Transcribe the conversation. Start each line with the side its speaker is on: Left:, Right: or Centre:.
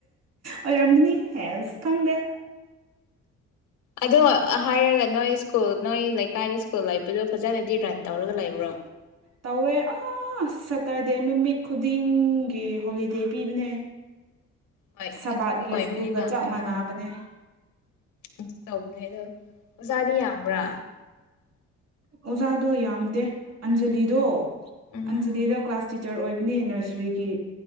Right: ꯑꯣꯏꯔꯝꯒꯅꯤ ꯍꯦꯁ ꯈꯪꯗꯦ
Left: ꯑꯗꯣ ꯍꯥꯏꯔꯒ ꯅꯣꯏ ꯁ꯭ꯀꯨꯜ ꯅꯣꯏ ꯂꯩꯀꯥꯏꯗ ꯁ꯭ꯀꯨꯜ ꯂꯩꯕꯗꯣ ꯐꯖꯅꯗꯤ ꯔꯟ ꯇꯧꯔꯒ ꯂꯩꯕ꯭ꯔꯣ
Right: ꯇꯧꯋꯦ ꯑꯁ ꯁꯇꯔꯗꯦ ꯅꯨꯃꯤꯠ ꯈꯨꯗꯤꯡꯒꯤ ꯍꯣꯂꯤꯗꯦ ꯄꯤꯕꯅꯦ
Left: ꯍꯣꯏ
Right: ꯁꯕꯥꯠꯀꯤ
Left: ꯑꯗꯨꯗꯤ ꯑꯣꯏꯕꯅꯦꯕ
Right: ꯁ꯭ꯀꯨꯜꯒ ꯆꯞ
Left: ꯎꯝ
Right: ꯃꯥꯟꯅꯕꯅꯦ
Left: ꯑꯗꯨ ꯇꯧꯕꯅꯦ ꯑꯗꯣ ꯑꯣꯖꯥꯗꯤ ꯌꯥꯝꯕ꯭ꯔꯥ
Right: ꯑꯣꯖꯥꯗꯣ ꯌꯥꯝꯗꯦ ꯑꯟꯖꯂꯤꯗꯣ
Left: ꯎꯝ
Right: ꯑꯟꯖꯂꯤꯗ ꯀ꯭ꯂꯥꯁ ꯇꯤꯆꯔ ꯇꯤꯆꯔ ꯑꯣꯏꯕꯅꯤ ꯅꯔꯁꯔꯤꯒꯤ